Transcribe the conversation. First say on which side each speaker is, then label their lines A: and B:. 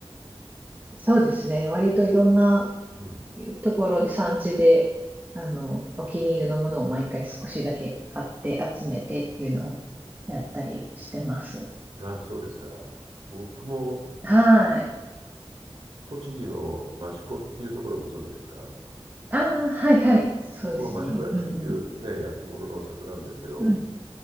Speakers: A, on the right; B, on the right.
A: そうですね。割といろんな
B: うん。
A: ところで産地で、あの、お気に入りのものを毎回少しだけ買って集めてっていうのをやったりしてます。
B: ああ、そうですか。僕も
A: はい。
B: 栃木の益子っていうところをご存知ですか
A: ああ、はいはい。そうですね。
B: そこも益子焼っていうね、
A: うん
B: 焼き物の里なんですけど、
A: うん。うん。